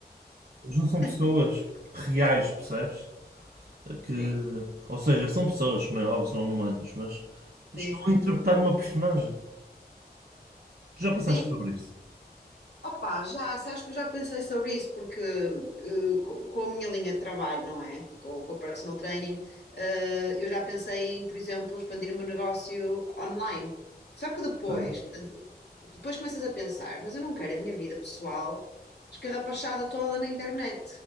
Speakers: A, on the right; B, on the left.
A: Eles não são
B: <laughs>
A: pessoas reais, percebes? Que,
B: Sim,
A: ou seja, são pessoas, como é óbvio, são humanos, mas estão
B: sim, sim,
A: a interpretar
B: sim, sim.
A: uma personagem. Tu já pensaste
B: Sim,
A: sobre isso?
B: opá, já, sabes que eu já pensei sobre isso, porque eh, co- com a minha linha de trabalho, não é? Com, com o personal training, eh, eu já pensei em, por exemplo, expandir o meu negócio online. Só que depois,
A: Ok.
B: portanto, depois começas a pensar, mas eu não quero a minha vida pessoal escarrapachada toda na internet,